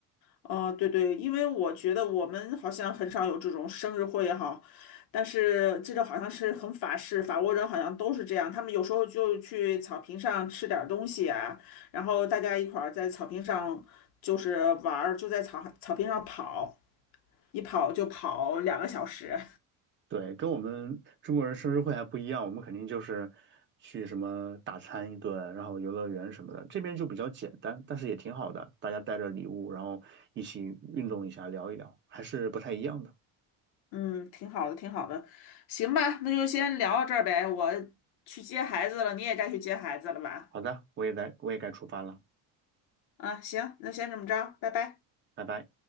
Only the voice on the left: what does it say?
哦，对对，因为我觉得我们好像很少有这种生日会哈，但是这个好像是很法式，法国人好像都是这样，他们有时候就去草坪上吃点儿东西啊，然后大家一块儿在草坪上就是玩儿，就在草草坪上跑，一跑就跑两个小时，
嗯，挺好的，挺好的，行吧，那就先聊到这儿呗，我去接孩子了，你也该去接孩子了吧？
啊，行，那先这么着，拜拜。